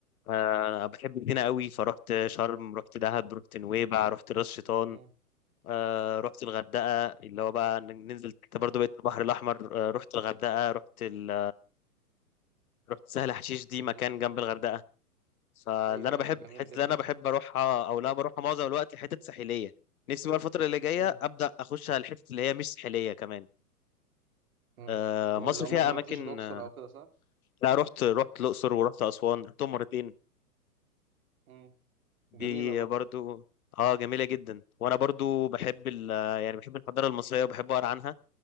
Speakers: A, on the left (about 65°); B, on the right (about 60°).
A: آه، انا بحب هنا قوي فرحت شرم رحت دهب رحت نويبع رحت راس شيطان
B: امم
A: آه رحت الغردقة اللي هو بقى ن- ننزل انت برضه بقيت البحر الأحمر آه رحت الغردقة رحت ال... رحت سهل حشيش دي
B: جميل
A: مكان
B: جدا
A: جنب الغردقة فاللي
B: ايوه
A: أنا
B: ايوه
A: بحب
B: جميل
A: الحتة
B: جدا
A: اللي أنا بحب أروحها أو لا بروحها معظم الوقت حتت ساحلية نفسي بقى الفترة اللي جاية
B: امم
A: أبدأ أخش على الحتت اللي هي مش ساحلية كمان
B: امم
A: آه
B: آه،
A: مصر
B: لو
A: فيها
B: ما ما
A: أماكن
B: رحتش الاقصر
A: آه،
B: او كده صح
A: لا رحت رحت الأقصر ورحت أسوان رحتهم مرتين
B: امم
A: دي
B: جميله الاقصر
A: برضو اه جميلة جدا وأنا برضو بحب ال... يعني بحب الحضارة المصرية وبحب أقرأ عنها